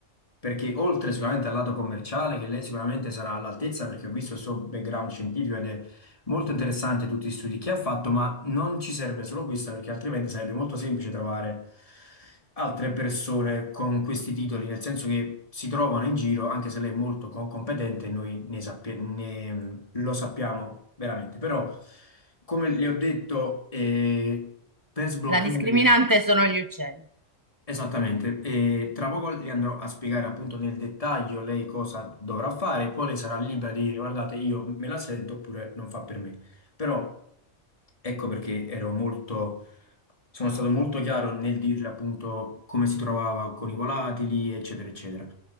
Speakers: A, on the left; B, on the right.
A: perché oltre sicuramente al lato commerciale, che lei sicuramente sarà all'altezza, perché ho visto il suo background scientifico ed è molto interessante tutti gli studi che ha fatto, ma non ci serve solo questo, perché altrimenti sarebbe molto semplice trovare altre persone con questi titoli, nel senso che si trovano in giro, anche se lei è molto co- competente, noi ne sappiamo lo sappiamo veramente, però come le ho detto, eh, per sbloccare
B: La discriminante sono gli uccelli.
A: esattamente, eh, tra poco le andrò a spiegare appunto nel dettaglio lei cosa dovrà fare, poi lei sarà libera di dire guardate, io me la sento oppure non fa per me. Però ecco perché ero molto, sono stato molto chiaro nel dirle appunto come si trovava con i volatili, eccetera, eccetera.